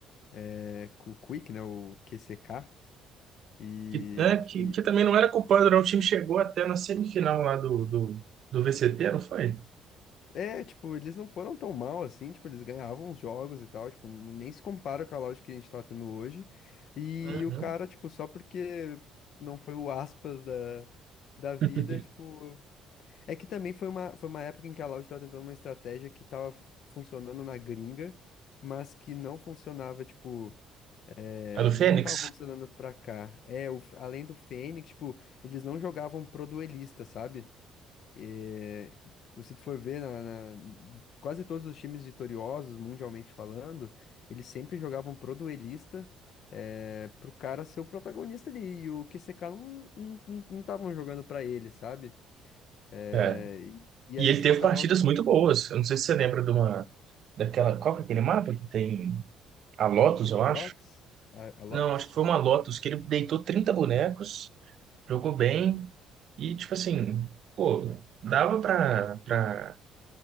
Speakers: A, on the left (about 60°); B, on the right (about 60°).
A: é, com o Quick, né, o QCK, e
B: que, é, que,
A: que...
B: que também não era culpado, não. O time chegou até na semifinal lá do, do, do VCT, não foi?
A: É, tipo, eles não foram tão mal assim, tipo, eles ganhavam os jogos e tal, tipo, n- nem se compara com a Loud que a gente tá tendo hoje. E
B: Uhum.
A: o cara, tipo, só porque não foi o aspas da, da vida,
B: <laughs>
A: tipo, É que também foi uma, foi uma época em que a Loud estava tentando uma estratégia que estava funcionando na gringa, mas que não funcionava, tipo, é,
B: A do
A: não
B: Fênix?
A: estava funcionando pra cá. É, o- além do Fênix, tipo, eles não jogavam pro duelista, sabe? É, tipo, se tu for ver, na, na- quase todos os times vitoriosos, mundialmente falando, eles sempre jogavam pro duelista, é, pro cara ser o protagonista ali, e o QCK não, não, não, não estavam jogando pra ele, sabe? É,
B: É.
A: e e
B: E
A: aí,
B: ele
A: tipo,
B: teve
A: acabava.
B: partidas muito boas. Eu não sei se você lembra de uma. Daquela. Qual que é aquele mapa que tem a Lotus,
A: Icebox?
B: eu acho?
A: A, a Lotus?
B: Não, acho que foi uma Lotus, que ele deitou 30 bonecos, jogou bem, e tipo assim, pô, dava pra, pra